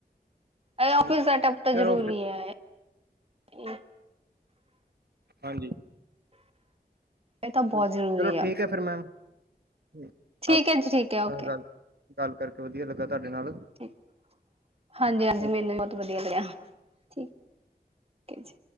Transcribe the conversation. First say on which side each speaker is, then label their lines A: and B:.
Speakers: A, on the right; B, on the right.
A: ਹੂੰ
B: ਐ ਔਫਿਸ ਸੈਟਅਪ ਤਾਂ
A: ਚਲੋ
B: ਜ਼ਰੂਰੀ
A: ਫਿਰ
B: ਏ ਇਹ।
A: ਹਾਂਜੀ!
B: ਇਹ ਤਾਂ ਬਹੁਤ
A: ਚਲੋ
B: ਜ਼ਰੂਰੀ ਆ
A: ਠੀਕ ਏ ਫਿਰ ਮੈਮ। ਹੂੰ
B: ਠੀਕ
A: ਆਪ
B: ਹੈ ਜੀ ਠੀਕ ਹੈ ਓਕੇ
A: ਗੱਲ ਗੱਲ ਕਰਕੇ ਵਧੀਆ ਲੱਗਾ ਤੁਹਾਡੇ ਨਾਲ।
B: ਠੀਕ ਹਾਂਜੀ!
A: ਓਕੇ
B: ਹਾਂਜੀ! ਮੈਨੂੰ ਵੀ ਬਹੁਤ ਵਧੀਆ ਲੱਗਿਆ। ਠੀਕ ਓਕੇ ਜੀ।